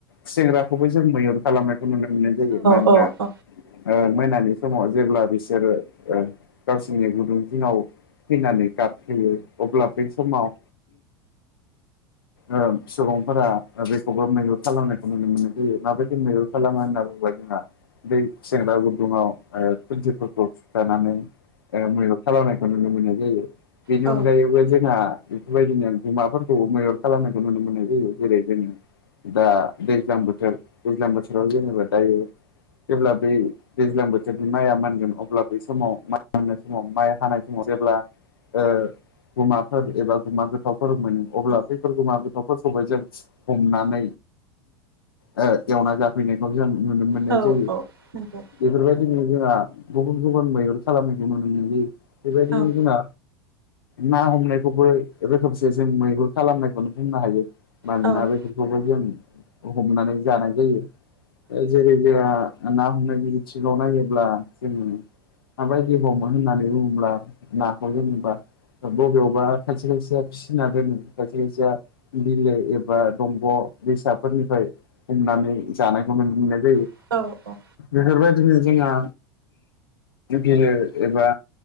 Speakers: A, on the left; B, on the right.
A: खुसेंग्राखौबो जों मैहुर खालामनायखौ नुनो मोननाय जायो। मानोना
B: औ औ
A: ओ मोनानि समाव जेब्ला बिसोरो ओ गावसोरनि गुदुं जिङाव फैनानै गाबफैयो अब्ला बे समाव ओ सुबुंफोरा बेखौबो मैहुर खालामनायखौ नुनो मोनो। बे माबायदि मैहुर खालाम होनना <unintelligible> बै खुसेंग्रा गुदुङाव ओ खुन्थिफोरखौ थुथानानै ओ मैहुर खालामनायखौ नुनो मोननाय जायो। बेनि
B: औ
A: अनगायैबो जोंहा बेफोरबायदिनो गुमाफोरखौबो मैहुर खालामनायखौ नुनो मोननाय जायो। जेरै जोङो दा दैज्लां बोथोर दैज्लां बोथोराव जेनेबा दायो जेब्ला बै दैज्लां बोथोरनि माइआ मोनगोन अब्ला बै समाव माइ मोननाय समाव माइ हानाय समाव जेब्ला ओ गुमाफोर एबा गुमा गोथौवफोर मोनो अब्ला बैफोर गुमा गोथौवफोरखौहाय जों हमनानै ओ एवना जाफैनायखौ जों नुनो मोननाय
B: औ
A: जायो।
B: औ नंगौ
A: बेफोरबायदिनो जोंहा गुबुन गुबुन मैहुर खालामनायखौ नुनो मोननाय जायो। बेबायदिनो
B: औ
A: जोंना ना हमनायखौबो रोखोमसे जों मैहुर खालामनायखौनो बुंनो हायो। मानोना
B: औ
A: बेफोरखौबो
B: औ
A: जों हमनानै जानाय जायो। जेरै जोंहा ना हमनायनि बिथिङाव नायोब्ला जोङो माबायदि हमो होननानै बुङोब्ला नाखौ जेनोबा बबेयावबा खायसे खायसेया फिसिना दोनो खायसे खायसेया बिलो एबा दंग' दैसाफोरनिफ्राय हमनानै जानायखौ नुनो मोननाय जायो।
B: औ औ औ
A: बेफोरबायदिनो जोंहा बिलो एबा